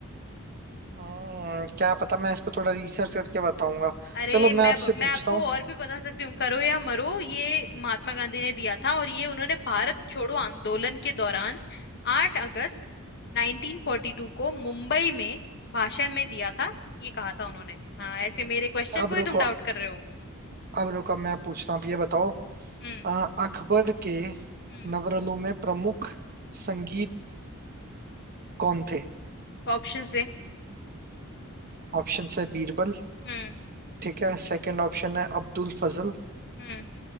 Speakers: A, on the right; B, on the left.
A: हम्म क्या पता मैं इस पे थोड़ा रिसर्च करके बताऊंगा
B: अरे
A: चलो
B: मैं
A: मैं आपसे
B: ब- मैं
A: पूछता
B: आपको
A: हूँ
B: और भी बता सकती हूँ करो या मरो ये महात्मा गांधी ने दिया था और ये उन्होंने भारत छोड़ो आंदोलन के दौरान 8 अगस्त 1942 को मुंबई में भाषण में दिया था ये कहा था उन्होंने हाँ ऐसे मेरे क्वेश्चन
A: अब
B: को
A: रुको
B: ही तुम डाउट कर रहे हो
A: अब रुको मैं पूछता हूँ आप ये बताओ
B: हम्म
A: अ, अकबर के
B: हम्म
A: नवरलों में प्रमुख संगीतज्ञ कौन थे
B: ऑप्शन से
A: ऑप्शंस है बीरबल
B: हम्म
A: ठीक है सेकंड ऑप्शन है अब्दुल फजल
B: हम्म